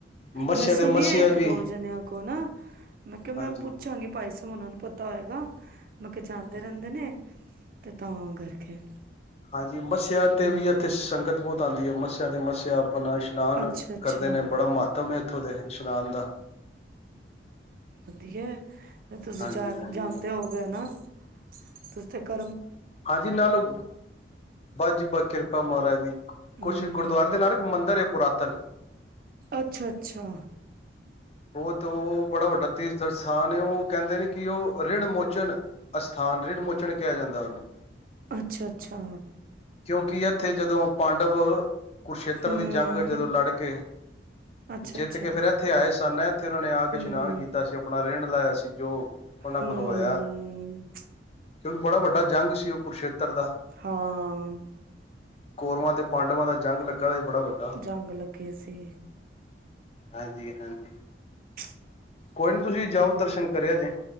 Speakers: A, on the left; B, on the right.
A: ਮੱਸਿਆ
B: ਮੈਂ
A: ਤੇ
B: ਸੁਣਿਆ
A: ਮੱਸਿਆ
B: ਇੱਕ
A: ਵੀ
B: ਦੋ ਜਣਿਆਂ ਕੋਲ ਨਾ ਮੈਂ ਕਿਹਾ ਮੈਂ
A: ਹਾਂਜੀ-ਹਾਂਜੀ।
B: ਪੁੱਛਾਂਗੀ ਭਾਈ ਸ ਉਹਨਾ ਨੂੰ ਪਤਾ ਹੋਏਗਾ ਮਤਲਬ ਜਾਂਦੇ ਰਹਿੰਦੇ
A: ਹਾਂਜੀ
B: ਨੇ ਤੇ ਤਾਂ ਕਰਕੇ
A: ਹਾਂਜੀ ਮੱਸਿਆ
B: ਹਮ
A: ਤੇ ਵੀ ਇੱਥੇ ਸੰਗਤ ਬਹੁਤ ਆਉਂਦੀ ਹੈ ਮੱਸਿਆ ਤੇ ਮੱਸਿਆ ਆਪਣਾ ਇਸ਼ਨਾਨ
B: ਅੱਛਾ ਅੱਛਾ
A: ਕਰਦੇ ਨੇ ਬੜਾ ਮਹਤਵਮ ਹੈ ਉਥੋਂ ਦੇ ਇਸ਼ਨਾਨ ਦਾ
B: ਵਧੀਆ ਤੁਸੀਂ
A: ਹਾਂਜੀ-ਹਾਂਜੀ।
B: ਜਾਣ ਜਾਂਦੇ
A: ਹਾਂਜੀ
B: ਹੋਗੇ ਨਾ ਤੁਸੀ ਤੇ ਕ
A: ਹਾਂਜੀ ਨਾਲ ਜੀ ਕਿਰਪਾ ਮਹਾਰਾਜ ਦੀ
B: ਹਮ
A: ਕੁਛ ਗੁਰਦੁਆਰੇ ਦੇ ਨਾਲ ਇੱਕ ਮੰਦਿਰ ਪੁਰਾਤਨ
B: ਅੱਛਾ ਅੱਛਾ
A: ਉਹ ਤੋਂ ਬੜਾ ਵੱਡਾ ਤੀਰਥ ਸਥਾਨ ਉਹ ਕਹਿੰਦੇ ਨੇ ਕਿ ਉਹ ਰਿਿਣਮੋਚਨ ਅਸਥਾਨ ਰਿਿਣਮੋਚਨ ਕਿਹਾ ਜਾਂਦਾ ਉਹਨੂੰ
B: ਅੱਛਾ ਅੱਛਾ
A: ਕਿਉਂਕਿ ਇੱਥੇ ਜਦੋਂ ਪਾਂਡਵ ਕੁੁਰਸ਼ੇਤਰ
B: ਹਮ
A: ਦੀ ਜੰਗ ਜਦੋਂ ਲੜ ਕੇ
B: ਅੱਛਾ
A: ਜਿੱਤ
B: ਅੱਛਾ
A: ਕੇ ਫੇਿਰ ਇੱਥੇ ਆਏ ਸੀ <inaudible> ਇੱਥੇ ਉਹਨਾਂ ਨੇ ਆ ਕੇ
B: ਹਮ
A: ਇਸ਼ਨਾਨ ਕੀਤਾ ਸੀ ਆਪਣਾ ਰਹਿਣ ਲਾਇਆ ਸੀ ਜੋ ਉਹਨਾਂ
B: ਹਮ
A: ਕੋਲ ਹੋਇਆ ਕਿਉਂਕਿ ਬੜਾ ਵੱ ਜੰਗ ਸੀ ਉਹ ਕੁਰਸ਼ੇਤਰ
B: ਹਾਂ।
A: ਦਾ ਕੋਰਵਾਂ ਤੇ ਪਾਂਡਵਾਂ ਦਾ ਜੰਗ ਲੱਗਾ ਬੜਾ ਵੱਡਾ
B: ਜੰਗ ਲੱਗੀ ਸੀ।
A: ਹਾਂਜੀ ਹਾਂਜੀ।
B: <inaudible>
A: ਕੋਈ ਨੀ ਤੁਸੀਂ ਜਾਓ ਦਰਸ਼ਨ ਕਰਿਆ ਜੇ।